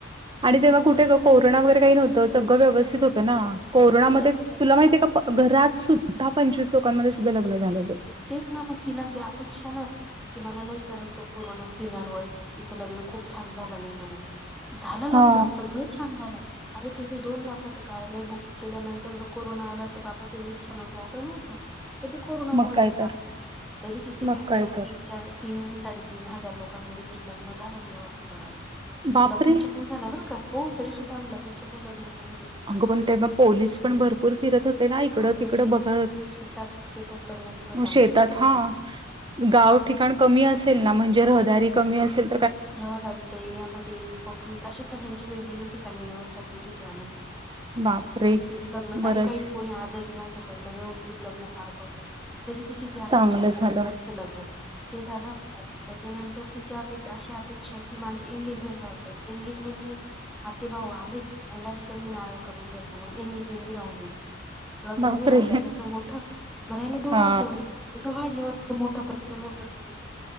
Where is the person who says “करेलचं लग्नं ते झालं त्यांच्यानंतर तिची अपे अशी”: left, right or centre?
Centre